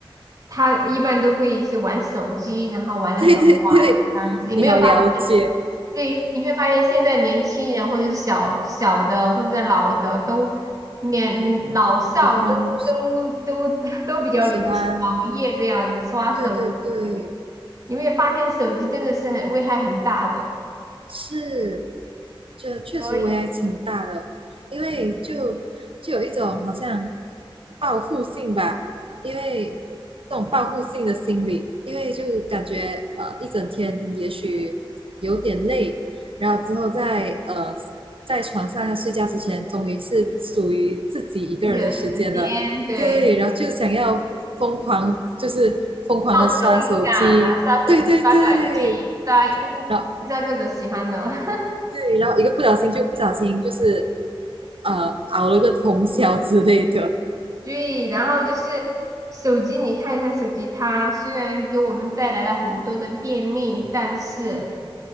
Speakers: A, on the right; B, on the right.
A: 他一般都会是玩手机，然后玩的很滑这样子。
B: <laughs> 对对对，
A: 你没有发现？
B: 你好了解。
A: 对，你会发现现在年轻人或者是小小的或者是老的都年老少都都都
B: 喜欢，
A: <laughs> 都比较流行熬夜这样子刷手机。
B: 都喜欢，对对对，
A: 你会发现手机真的是很危害很大的，
B: 是，这确实危害挺大的，
A: 所以
B: 因为就就有一种好像报复性吧，因为这种报复性的心理，因为就感觉呃一整天也许有点累，然后之后在呃在床上要睡觉之前，终于是属于自己一个人的时间了，
A: 自己的时间对
B: 对，然后就想要疯狂，就是疯狂的刷手机，
A: 放松一下，然后刷手机、
B: 对对对，
A: 刷短剧、刷呃刷各种喜欢的。
B: 然后
A: <laughs>
B: 对，然后一个不小心就不小心就是呃熬了个通宵之类的，
A: 对，然后就是手机，你看一下手机，它虽然给我们带来了很多的便利，但是
B: 嗯